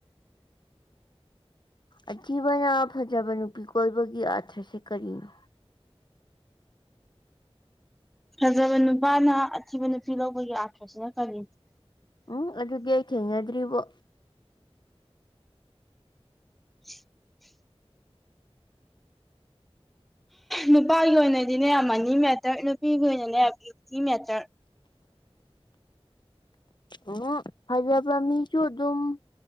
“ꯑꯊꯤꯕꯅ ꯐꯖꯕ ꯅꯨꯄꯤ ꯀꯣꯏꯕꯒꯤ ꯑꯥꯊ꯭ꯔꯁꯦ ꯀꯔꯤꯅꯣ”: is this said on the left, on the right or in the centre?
Left